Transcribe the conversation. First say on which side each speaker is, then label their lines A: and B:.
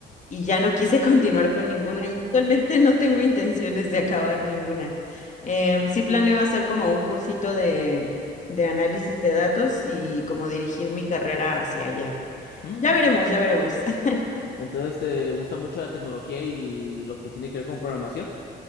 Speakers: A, on the left; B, on the left.
A: y ya no quise <laughs> continuar con ninguna y actualmente no tengo intenciones de acabar ninguna. Em, sí planeo hacer como un cursito de, de análisis de datos y como dirigir mi carrera hacia allá.
B: Mm.
A: Ya veremos, ya veremos. <laughs>
B: Entonces, ¿te gusta mucho la tecnología y lo que tiene que ver con programación?